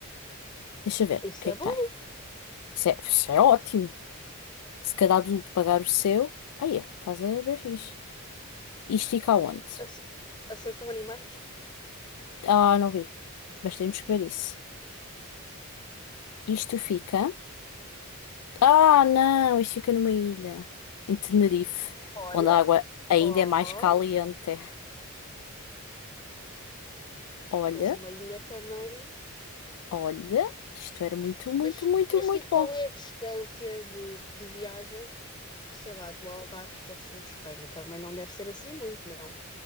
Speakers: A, on the left (about 85°); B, on the left (about 20°).
A: Deixa ver,
B: isso
A: o que
B: é
A: é que
B: bom.
A: tem? Isso é, isso é ótimo. Se cada adulto pagar o seu. Aí é, a casa é bem fixe. Isto fica aonde?
B: Ace- Aceitam animais?
A: Ah, não vi. Mas temos que ver isso. Isto fica. Ah, não, isto fica numa ilha. Em Tenerife,
B: Olha,
A: onde a água ainda
B: oh,
A: é mais caliente. Olha.
B: mas uma ilha também.
A: Olha, isto era muito, muito,
B: Mas,
A: muito,
B: mas
A: muito
B: tipo, qual
A: bom.
B: é a distância de, de viagem sei lá, do Algarve para o sul de Espanha. Também não deve ser assim muito, não.